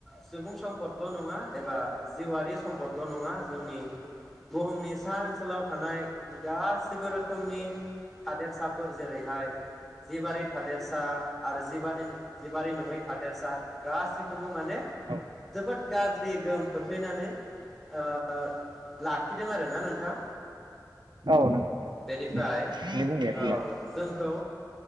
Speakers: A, in the centre; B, on the right (about 80°).
A: सुबुं सम्पदल' नङा, एबा जिउआारि सम्पदल' नङा जोंनि बुहुमनि सा ओनसोलाव थानाय गासिबो रोखोमनि थादेरसाफोर जेरैहाय जिबारि थादेरसा आरो जिबानिनो जिबारि नङै थादेरसा गासैखौबो माने
B: औ
A: जोबोद गाज्रि गोहोम खोख्लैनानै ओ ओ लाखिदों आरो । ना नोंथां?
B: औ नंगौ नोंथां
A: बेनिफ्राय
B: नोंथांनि बुंनाया थिगानो
A: औ जोंखौ